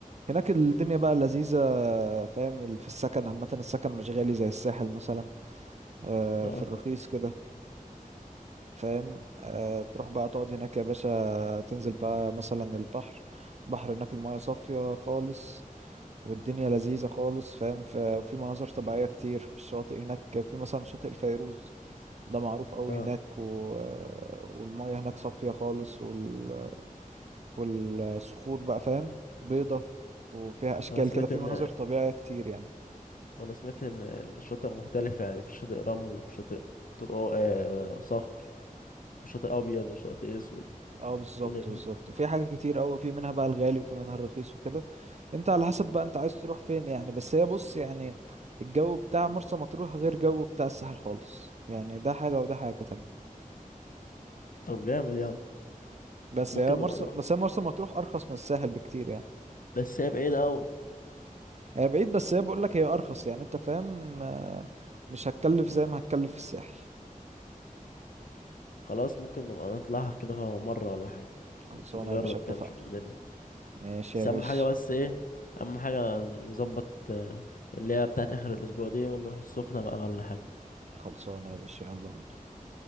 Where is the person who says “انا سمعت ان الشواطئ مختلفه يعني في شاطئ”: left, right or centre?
Left